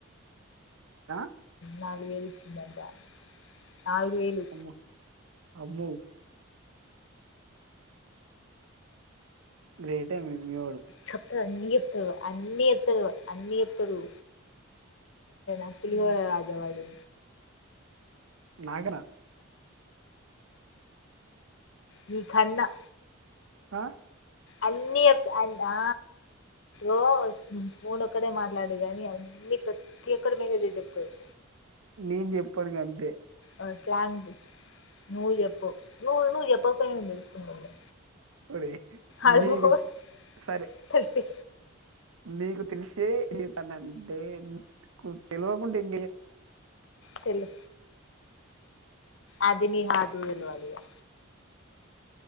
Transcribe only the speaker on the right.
ఆ
అమ్మో అమ్మో గ్రేటే మీ మీవోడు
హ్మ్.
నాకన
హా
నీన్ జెప్పడు ఇంగ అంతే
ఒరేయ్
నీకు సరే
నీకు తెలిసే ఇన్ని జేత్తన్నఅంటే నీకు తెల్వకుండ <unintelligible>